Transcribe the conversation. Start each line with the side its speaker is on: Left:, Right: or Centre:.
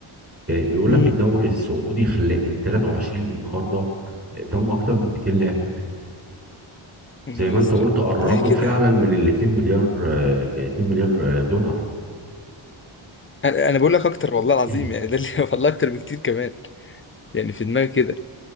Right: آه، بيقول
Left: مم.
Right: لك الدوري السعودي خل... من 23 للنهارده آه، ضم اكتر من 200 لاعب
Left: يا
Right: زي
Left: نهار
Right: ما انت
Left: ازرق
Right: قلت قربوا
Left: ليه كده
Right: فعلا من ال 2 مليار آه، 2 مليار آه، دولار
Left: انا أنا بقول لك اكتر والله العظيم
Right: <clears throat>
Left: يعني ده اللي <laughs> والله اكتر بكتير كمان يعني في دماغي كده